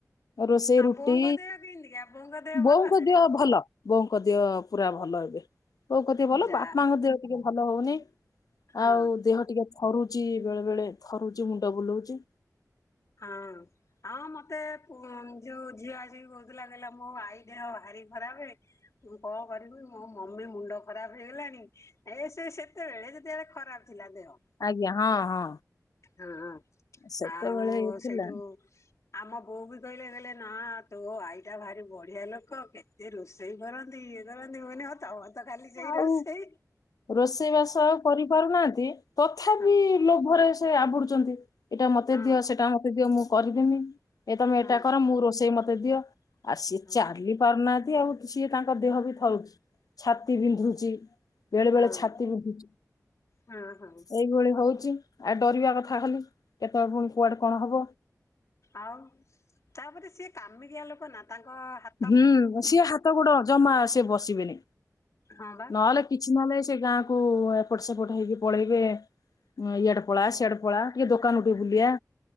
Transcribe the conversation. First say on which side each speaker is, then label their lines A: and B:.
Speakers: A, on the left; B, on the left.
A: ରୋଷେଇ
B: ଆଉ
A: ରୁଟି,
B: ବୋଉଙ୍କ ଦେହ କେମିତିକା ବୋଉଙ୍କ ଦେହ
A: ବୋଉଙ୍କ
B: ଭଲ ନା?
A: ଦହ ଭଲ। ବୋଉଙ୍କ ଦେହ ପୁରା ଭଲ ଏବେ। ବୋଉ ଙ୍କ ଦେହ ଭଲ।
B: ଯା
A: ବାପାଙ୍କ ଦେହ ଟିକେ ଭଲ ହଉନି।
B: ହଁ
A: ଆଉ ଦେହ ଟିକେ ଥରୁଚି ବେଳେ ବେଳେ ଥରୁଚି, ମୁଣ୍ଡ ବୁଲଉଚି।
B: ହଁ ଆଉ ମୋତେ ପୁଅଁ ଯୋଉ ଝିଅ ଆସିକି କହୁଥିଲା କହିଲା ମୋ ଆଈ ଦେହ ଭାରି ଖରାପେ ମୁଁ କଣ କରିବି ମୋ ମମି ମୁଣ୍ଡ ଖରାପ୍ ହେଇଗଲାଣି। ଏ ସେ ସେତେବେଳେ ଯେତେବେଳେ ଖରାପ୍ ଥିଲା ଦେହ।
A: ଆଜ୍ଞା ହଁ ହଁ।
B: ହଁ ହଁ
A: ସେତେବେଳେ
B: ଆଉ
A: ଇଏ ଥିଲା
B: ସେଇଠୁ ଆମ ବୋଉ ବି କହିଲେ କହିଲେ ନାଁ ତୋ ଆଈଟା ଭାରି ବଢିଆ ଲୋକ କେତେ ରୋଷେଇ କର ନ୍ତି ଇଏ କରନ୍ତି ମୁଁ କହିଲି ହଁ ତମର ତ ଖାଲି ସେଇ
A: ଆଉ
B: ରୋଷେଇ।
A: ରୋଷେଇ ବାସ ଆଉ କରିପାରୁ ନାହାନ୍ତି ତଥାପି
B: ହଁ
A: ଲୋଭରେ ସ ସେ ଆବୁଡୁଚନ୍ତି ଏଟା ମତେ
B: ହଁ
A: ଦିଅ ସେଟା ମତେ ଦିଅ ମୁଁ କରିଦେମି। ଏ ତମେ
B: ହଁ
A: ଏଟା କର ମୁଁ ରୋଷେଇ ମତେ ଦିଅ ଆ ସିଏ
B: ହଁ
A: ଚାଲି ପାରୁନାହାନ୍ତି ଆଉ ସିଏ ତାଙ୍କ ଦେହ ବି ଥରୁଛି ଛାତି ବିନ୍ଧୁଚି ବେଳେ
B: ହଁ
A: ବେଳେ ଛାତି ବିନ୍ଧୁଚି।
B: ହଁ ହଁ
A: ଏଇଭଳି ହଉଚି ଆ ଡରିବା କଥା ଖଲି କେତେବେଳେ ପୁଣି କୁଆଡେ କଣ ହବ।
B: ଆଉ ତାପରେ ସିଏ କାମିକିଆ ଲୋକ ନା ତାଙ୍କ ହା
A: ହୁଁ ସିଏ ହାତ ଗୋଡ ଜମା ସିଏ ବସିବେନି
B: ହଁ ବା
A: ନହେଲେ କିଛି ନହେଲେ ସେ ଗାଁକୁ ଏପଟ ସେପଟ ହେଇକି ପଳେଇବେ ଉଁ ଇଆଡେ ପଳା ସିଆଡେ ପଳା ଟିକେ ଦୋକାନ ଟୁ ବୁଲିଆ